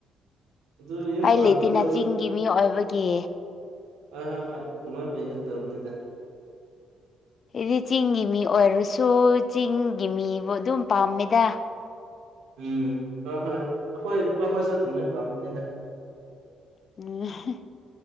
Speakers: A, on the right (about 80°); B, on the left (about 55°).
A: ꯑꯗꯨ ꯌꯨꯝ
B: ꯄꯥꯏ
A: ꯄꯥꯟꯕꯗꯨ
B: ꯂꯩꯇꯅ ꯆꯤꯡꯒꯤ ꯃꯤ ꯑꯣꯏꯕꯒꯤ
A: ꯑ ꯍ ꯍꯣꯏ ꯑꯗꯨꯃꯥꯏ ꯑꯣꯏꯒꯗꯕꯅꯤꯗ
B: ꯍꯥꯏꯗꯤ ꯆꯤꯡꯒꯤ ꯃꯤ ꯑꯣꯏꯔꯁꯨ ꯆꯤꯡꯒꯤ ꯃꯤꯕꯨ ꯑꯗꯨꯝ ꯄꯥꯝꯃꯦꯗ
A: ꯎꯝ ꯍꯣꯏ ꯍꯣꯏ ꯑꯩꯈꯣꯏ ꯂꯨꯄꯥ ꯑꯃꯁꯨ ꯑꯗꯨꯝ ꯂꯣꯏ ꯄꯥꯝꯕꯅꯤꯗ
B: UNINTELLIGIBLE